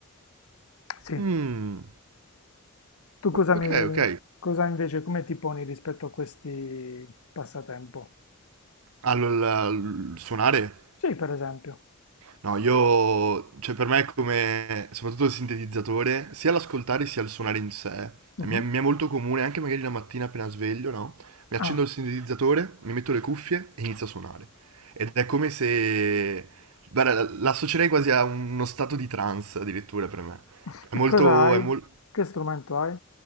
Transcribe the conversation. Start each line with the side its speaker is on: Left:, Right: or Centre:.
Left: Sì,
Right: Mmm,
Left: tu cosa
Right: ok,
Left: mi,
Right: ok.
Left: cosa invece, come ti poni rispetto a questi passatempo?
Right: Allora, l- suonare?
Left: Sì, per esempio.
Right: No, io, cioè per me è come, soprattutto il sintetizzatore, sia l'ascoltare sia il suonare in sé,
Left: Mhm.
Right: mi è, mi è molto comune, anche magari la mattina appena sveglio, no? Mi accendo
Left: Ah,
Right: il sintetizzatore, mi metto le cuffie e inizio a suonare. Ed è come se, guarda, la- l'associerei quasi a uno stato di trance addirittura per me.
Left: <laughs>
Right: È molto,
Left: e cosa hai?
Right: è mol-
Left: Che strumento hai?